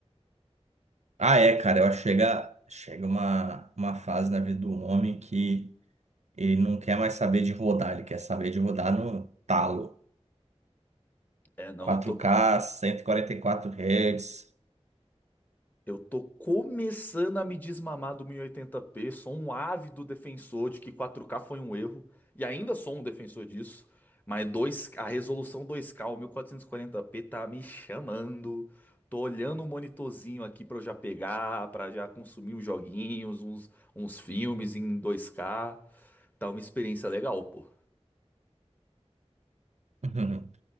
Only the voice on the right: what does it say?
Ah, é, cara, eu acho que chega, chega uma, uma fase na vida do homem que ele não quer mais saber de rodar, ele quer saber de rodar no talo.
4K,
144 Hz.
<laughs>